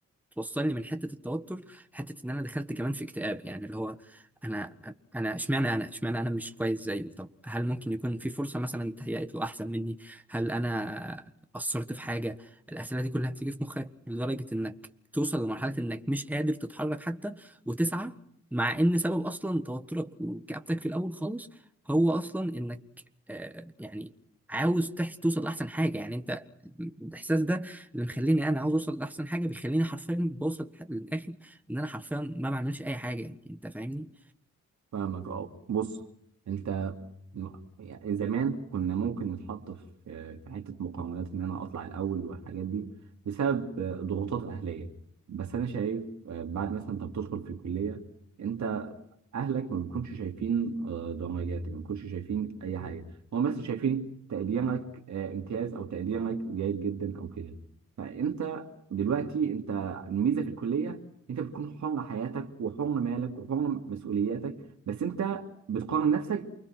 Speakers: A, in the centre; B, on the right.
A: بتوصلني من حتة التوتر لحتة ان انا دخلت كمان في اكتئاب يعني اللي هو انا انا اشمعنى انا اشمعنى انا مش كويس زيه طب هل ممكن يكون في فرصة مثلا اتهيأت له احسن مني هل انا قصرت في حاجة الأسئلة دي كلها بتيجي في مخك لدرجة انك توصل لمرحلة انك مش قادر تتحرك حتى وتسعى مع ان سبب اصلا توترك وكآبتك في الاول خالص هو اصلا انك آه يعني عاوز تح- توصل لاحسن حاجة يعني انت الاحساس ده اللي مخليني انا عاوز اوصل لاحسن حاجة بيخليني حرفيا بوصل للاخر ان انا حرفيا ما بعملش اي حاجة يعني انت فاهمني؟
B: فاهمك اه بص انت م- يعني زمان كنا ممكن نتحط في في حته مقارنات ان انا اطلع الاول والحاجات دي بسبب آه، ضغوطات اهليه بس انا شايف آه، بعد مثلا انت بتدخل في الكليه انت اهلك ما بيكونش شايفين آه، درجاتك ما بيكونش شايفين اي حاجه هم بس شايفين تقديرك آه، امتياز او تقديرك جيد جدا او كده فانت دلوقتي انت الميزه في الكليه انت بتكون حر حياتك وحر مالك وحر مسؤولياتك بس انت بتقارن نفسك